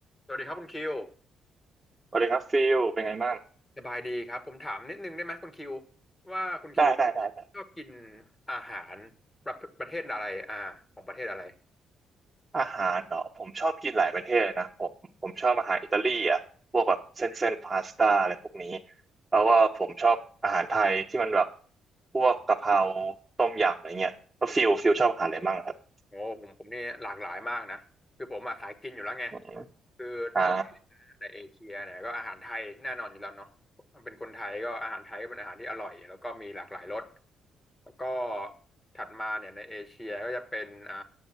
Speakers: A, on the left; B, on the right.
A: สวัสดีครับคุณคิว
B: สวัสดีครับฟิลเป็นไงบ้าง
A: สบายดีครับผมถามนิดนึงได้ไหมคุณคิวว่าคุณคิว
B: ได้ได้ได้ได้
A: ชอบกินอาหารประประเทศอะไรอ่าของประเทศอะไร
B: อาหารเนาะผมชอบกินหลายประเทศเลยนะผมผมชอบอาหารอิตาลีอ่ะพวกแบบเส้นเส้นพาสต้าอะไรพวกนี้
A: อืม
B: แล้วว่าผมชอบอาหารไทยที่มันแบบพวกกะเพราต้มยำอะไรเงี้ยแล้วฟิลฟิลชอบอาหารอะไรบ้างครับ
A: โอ้ผมผมนี่หลากหลายมากนะคือผมมาสายกินอยู่แล้วไง
B: อืม
A: คือถ้า
B: อ่า
A: ในเอเชียเนี่ยก็อาหารไทยแน่นอนอยู่แล้วเนาะ เป็นคนไทยก็อาหารไทยก็เป็นอาหารที่อร่อยแล้วก็มีหลากหลายรสแล้วก็ถัดมาเนี่ยในเอเชียก็จะเป็นอ่า